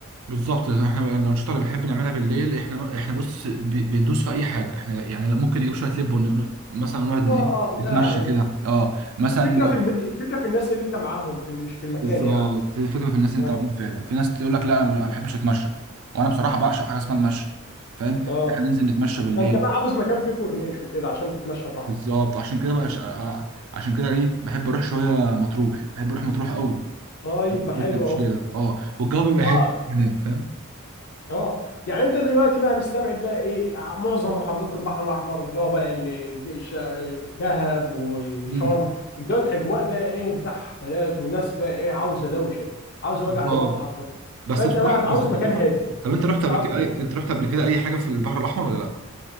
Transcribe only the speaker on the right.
بالظبط احنا الانشطه اللي بنحب نعملها بالليل احنا احنا بص ب- بندوس في اي حاجه احنا يعني لا، ممكن نجيب شويه لب ون- مثلا نقعد ن-
ايه
نتمشى
كده اه مثلا
لو
بالظبط
هي الفكره في الناس اللي
انت معاهم فعلا في ناس تقول لك لا انا ما بحبش اتمشى وانا بصراحه بعشق حاجه اسمها المشي فاهم احنا
ننزل نتمشى بالليل
بالظبط عشان كده بقى عشان كده ايه بحب اروح شويه مطروح بحب اروح مطروح قوي
بالتمشيه
ده اه والجو بيبقى
هادي هناك فاهم
مم،
بالظبط
بس
بصراحه
بس بصراحه
طب انت رحت
قبل
كده
اي...
انت رحت قبل كده اي حاجه في البحر الاحمر ولا لا